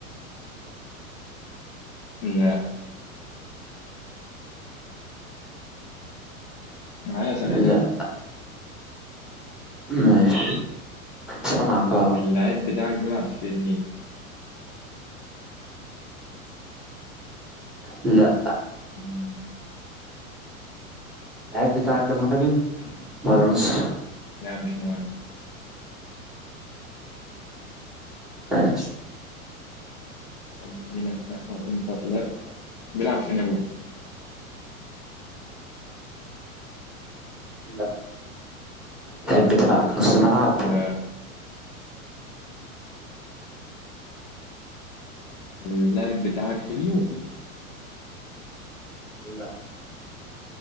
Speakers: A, on the left; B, in the centre.
A: لأ معايا سامعني
B: لا
A: ماشي
B: ماشي سامعك اه
A: اللاعب بتاعك بيلعب في الميلان
B: لا
A: مم.
B: اللاعب بتاعك ده مهاجم ولا نص
A: لا مش مهم
B: ماشي
A: قلنا ميلان لأ أو إنتر لأ بيلعب في نابولي
B: لا اللاعب بتاعك نص ملعب
A: لأ اللاعب بتاعك في اليوفي
B: لا